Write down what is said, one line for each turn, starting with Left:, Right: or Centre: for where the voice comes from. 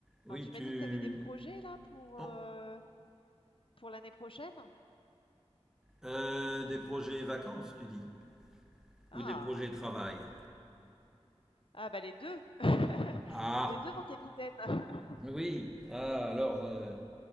Centre: Oui,
Left: Alors tu
Centre: tu.
Left: m'as dit que tu avais des projets là pour,
Centre: Oh,
Left: heu, pour l'année prochaine?
Centre: euh, des projets vacances, tu dis?
Left: Ah!
Centre: Ou des projets travail?
Left: Ah bah les 2 <laughs>
Centre: Ah,
Left: Les 2 mon capitaine! <laughs>
Centre: oui. Ah, alors, euh,